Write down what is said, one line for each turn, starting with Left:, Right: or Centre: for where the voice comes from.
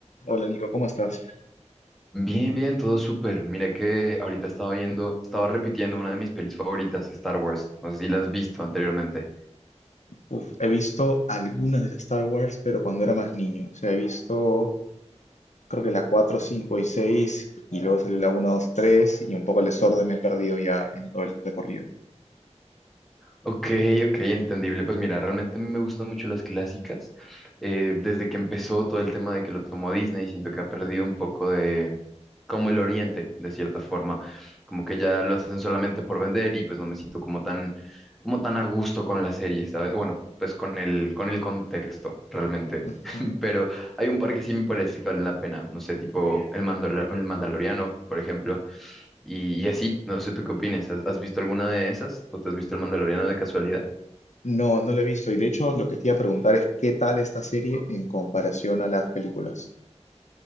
Left: Hola Nico, ¿cómo estás?
Centre: Bien, bien, todo súper. Mira que ahorita estaba viendo, estaba repitiendo una de mis pelis favoritas, Star Wars. No sé si la has visto anteriormente.
Left: Uf, he visto algunas de las Star Wars, pero cuando era más niño. O sea, he visto creo que la 4, 5 y 6, y luego salió la uno, 2, 3 y un poco el desorden me he perdido ya en todo el recorrido.
Centre: Ok, ok, entendible. Pues mira, realmente a mí me gustan mucho las clásicas. Eh, desde que empezó todo el tema de que lo tomó Disney, siento que ha perdido un poco de como el oriente, de cierta forma. Como que ya lo hacen solamente por vender y pues no me siento como tan, como tan a gusto con la serie, ¿sabes? Bueno, pues con el, con el contexto, realmente.
Left: Ujú.
Centre: <laughs> Pero hay un par que sí me parece que valen la pena. No sé, tipo El Mandal el Mandaloriano, por ejemplo. Y, y así, no sé tú qué opines. ¿Has, has visto alguna de esas? ¿O te has visto El Mandaloriano de casualidad?
Left: No, no lo he visto. Y de hecho, lo que te iba a preguntar es qué tal esta serie en comparación a las películas.